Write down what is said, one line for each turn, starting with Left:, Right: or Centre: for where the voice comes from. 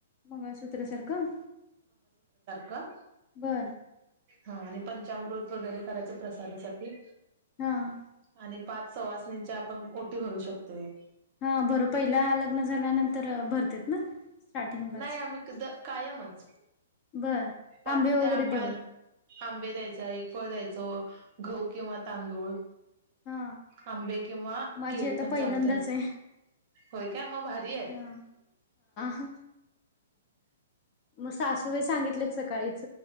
Left: मंगळसूत्र सारखं.
Right: का
Left: बर
Right: हा आणि पंचामृत वगैरे करायचं प्रसादासाठी.
Left: हा.
Right: आणि पाच सवासींची आपण ओटी भरू शकतोय.
Left: हा भर पहिला लग्न झाल्यानंतर भरतेत ना. स्टार्टिंगलाच
Right: नाही आम्ही कध कायमच.
Left: बर
Right: पाच
Left: आंबे वगैरे
Right: त्या पा
Left: देऊन
Right: आंबे द्यायचा एक फळ द्यायचा. जो गहू किंवा तांदूळ.
Left: हा
Right: आंबे किंवा
Left: माझी
Right: केळी
Left: आता
Right: पण
Left: पहिल्यांदाच
Right: चालत आहेत.
Left: आहे
Right: हो काय मग भारी आहे.
Left: हा हा मग सासूवे सांगितलेत सकाळीच